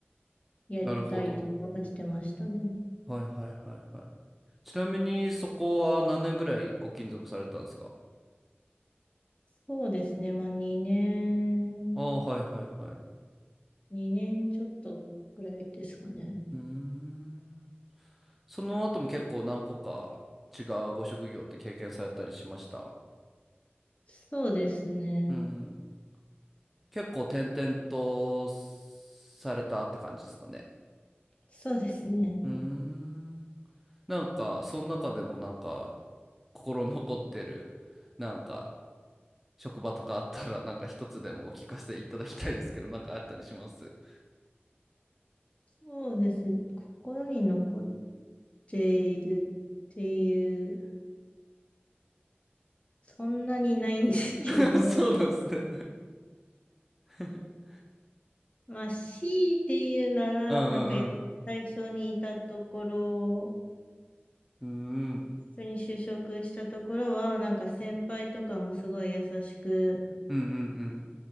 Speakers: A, on the left; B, in the centre.
A: やったりとかしてましたね。
B: なるほど。はいはいはいはい。ちなみにそこは何年ぐらいご勤続されたんですか
A: そうですね、まあ、2年。
B: ああ、はいはいはい。う
A: 2年ちょっとぐらいですかね。
B: ーん。その後も結構何個か違うご職業って経験されたりしました。
A: そうですね。
B: うん。結構転々とされたって感じですかね。
A: そうですね。
B: うーん。なんか、その中でもなんか、心残ってる、なんか、職場とかあったら、なんか一つでもお聞かせいただきたいですけど、なんかあったりします
A: そうですね。心に残っているっていう、そんなにないんですけど、
B: <laughs> そうなんですね <laughs>
A: <laughs> まあ、強いて言うなら、
B: うんうん
A: なんかや最初にいたところ、
B: うん
A: 普通に就職したところは、なんか先輩とかもすごい優しく、
B: うんうん